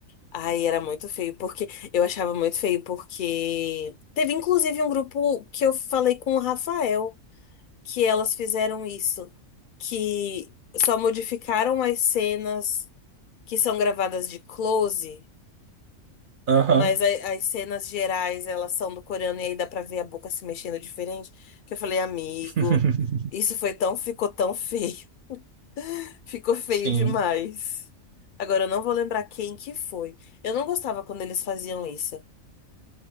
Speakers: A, on the left (about 65°); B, on the right (about 70°).
A: Ai, era muito feio, porque eu achava muito feio, porque teve inclusive um grupo que eu falei com o Rafael, que elas fizeram isso, que só modificaram as cenas que são gravadas de close,
B: Aham,
A: mas a- as cenas gerais elas são do coreano e aí dá pra ver a boca se mexendo diferente, que eu falei, amigo,
B: <laughs>
A: isso foi tão, ficou tão feio, <laughs> ficou feio
B: sim.
A: demais. Agora eu não vou lembrar quem que foi. Eu não gostava quando eles faziam isso.